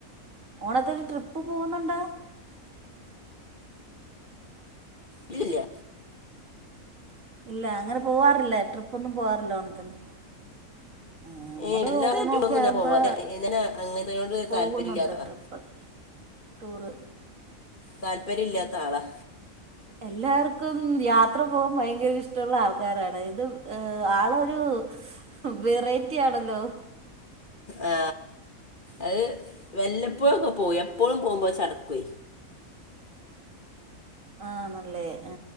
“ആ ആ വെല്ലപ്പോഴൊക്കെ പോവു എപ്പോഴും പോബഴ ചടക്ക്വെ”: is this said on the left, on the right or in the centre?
Left